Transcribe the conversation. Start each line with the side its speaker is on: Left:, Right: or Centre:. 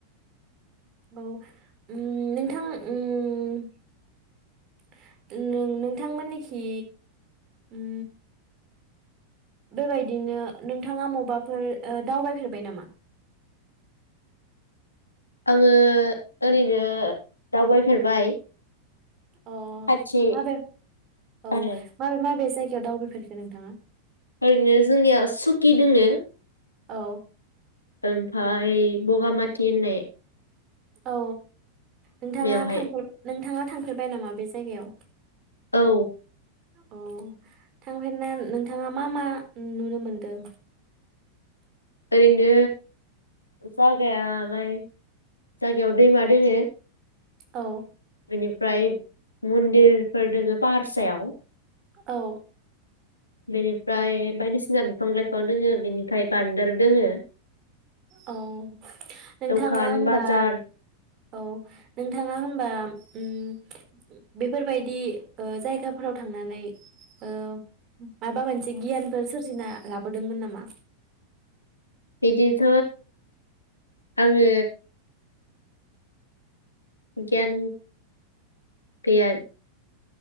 Right: औ उम नोंथां उम-उम नोंथांमोननिखि उम बेबायदिनो नोंथाङा मबबाफोर दावबायफेरबाय नामा?
Left: आङो ओरैनो दावबायफेरबाय।
Right: अ
Left: खाथि
Right: माबे औ
Left: आरो
Right: माबे-माबे जायगा जायगायाव दावबायफेरखो नोंथाङा?
Left: ओरैनो जोंनिया सुकि दोङो।
Right: औ।
Left: ओमफाय बगामाथि होननाय।
Right: औ। नोंथाङा
Left: बेवहाय
Right: थांफेरबाय नोंथाङा थांफेरबाय नामा बे जायगायाव?
Left: औ।
Right: अ थांफेरना नोंथाङा मा-मा नुनो मोनदों?
Left: ओरैनो जागायालाय जागायाव दैमा दोङो।
Right: औ।
Left: बेनिफ्राय मन्दिरफोर दोङो पाहारसायाव।
Right: औ।
Left: बेनिफ्राय बायदिसिना बिफां-लाइफां दोङो बेनिफ्राय बान्दोर दोङो।
Right: औ नोंथाङा
Left: दखान
Right: होनबा
Left: बाजार
Right: औ नोंथाङा होनबा उम बेफोरबायदि ओ जायगाफोराव थांनानै अ माबा मोनसे गियानफोर सोरजिना लाबोदोंमोन नामा?
Left: बिदिथ' आङो गियान गैया।